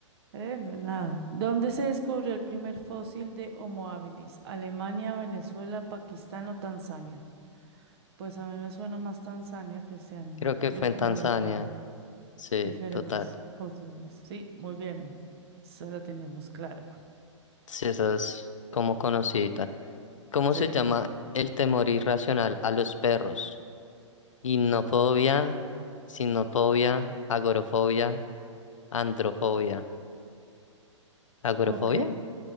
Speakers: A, on the right; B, on the left.
A: Eh, no hay nada. ¿Dónde se descubrió el primer fósil de Homo habilis? ¿Alemania, Venezuela, Pakistán o Tanzania? Pues a mí me suena más Tanzania que se han
B: Creo que
A: descubierto
B: fue en Tanzania. Sí,
A: diferentes
B: total.
A: fósiles. Sí, muy bien. Esa la teníamos clara.
B: Sí, esa es como conocidita. ¿Cómo
A: Sí.
B: se llama el temor irracional a los perros? Innofobia, sinofobia, agorofobia, androfobia. ¿Agorofobia?
A: Ok.